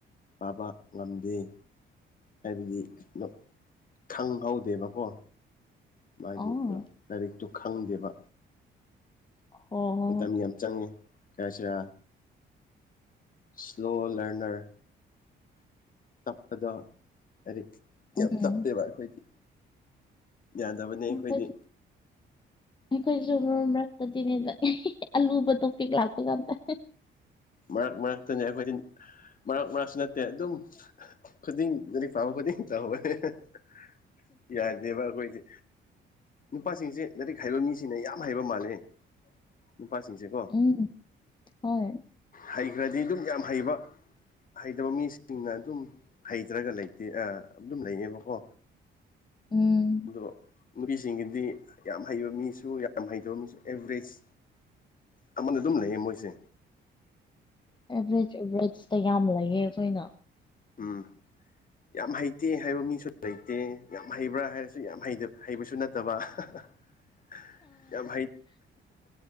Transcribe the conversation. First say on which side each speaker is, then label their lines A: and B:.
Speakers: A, on the left; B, on the left.
A: ꯄꯥꯕ ꯉꯝꯗꯦ ꯍꯥꯏꯕꯗꯤ ꯅꯣ ꯈꯪꯍꯧꯗꯦꯕꯀꯣ ꯃꯥꯒꯤꯗꯣ
B: ꯑꯣ
A: ꯂꯥꯏꯔꯤꯛꯇꯣ ꯈꯪꯗꯦꯕ
B: ꯑꯣ
A: ꯃꯇꯝ ꯌꯥꯝ ꯆꯪꯉꯦ ꯀꯩ ꯍꯥꯏꯁꯤꯔꯥ ꯏꯁꯂꯣ ꯂꯔꯅꯔ ꯇꯞꯄꯗꯣ ꯍꯥꯏ ꯌꯥꯝ
B: ꯎꯝ
A: ꯇꯞꯇꯦꯕ ꯑꯩꯈꯣꯏꯗꯤ ꯌꯥꯗꯕꯅꯤ ꯑꯩꯈꯣꯏꯗꯤ
B: ꯑꯩꯈꯣꯏꯁꯨ ꯑꯩꯈꯣꯏꯁꯨ ꯃꯔꯨꯝ ꯃꯔꯛꯇꯗꯤꯅꯦ ꯑꯂꯨꯕ ꯇꯣ ꯄꯦꯛꯛ ꯂꯥꯛꯄ ꯀꯇ
A: ꯃꯔꯛ ꯃꯔꯛꯇꯅꯦ ꯑꯩꯈꯣꯏꯗꯤ ꯃꯔꯛ ꯃꯔꯛꯁꯨ ꯅꯠꯇꯦ ꯑꯗꯨꯝ <unintelligible> ꯌꯥꯗꯦꯕ ꯑꯩꯈꯣꯏꯗꯤ ꯅꯨꯄꯥꯁꯤꯡꯁꯦ ꯂꯥꯏꯔꯤꯛ ꯍꯩꯕ ꯃꯤꯁꯤꯡꯅ ꯌꯥꯝ ꯍꯩꯕ ꯃꯥꯜꯂꯦ ꯅꯨꯄꯥꯁꯤꯡꯁꯦꯀꯣ
B: ꯎꯝ ꯍꯣꯏ
A: ꯍꯩꯈ꯭ꯔꯗꯤ ꯑꯗꯨꯝ ꯌꯥꯝ ꯍꯩꯕ ꯍꯩꯇꯕ ꯃꯤꯁꯤꯡꯅ ꯑꯗꯨꯝ ꯍꯩꯇ꯭ꯔꯒ ꯂꯩꯇꯦ ꯑꯗꯨꯝ ꯂꯩꯌꯦꯕꯀꯣ
B: ꯎꯝ
A: ꯑꯗꯣ ꯅꯨꯄꯤꯁꯤꯡꯒꯤꯗꯤ ꯌꯥꯝ ꯍꯩꯕ ꯃꯤꯁꯨ ꯌꯥꯝ ꯍꯩꯇꯕ ꯃꯤꯁꯨ ꯑꯦꯕꯔꯦꯖ ꯑꯃꯅ ꯑꯗꯨꯝ ꯂꯩꯌꯦ ꯃꯣꯏꯁꯦ
B: ꯑꯦꯚꯔꯦꯖ ꯑꯦꯚꯔꯦꯖꯇ ꯌꯥꯝ ꯂꯩꯌꯦ ꯑꯩꯈꯣꯏꯅ
A: ꯎꯝ ꯌꯥꯝ ꯍꯩꯇꯦ ꯍꯥꯏꯕ ꯃꯤꯁꯨ ꯂꯩꯇꯦ ꯌꯥꯝ ꯍꯩꯕ꯭ꯔꯥ ꯍꯥꯏꯔꯁꯨ ꯌꯥꯝ ꯍꯩꯕꯁꯨ ꯅꯠꯇꯕ <inaudible> ꯌꯥꯝ ꯍ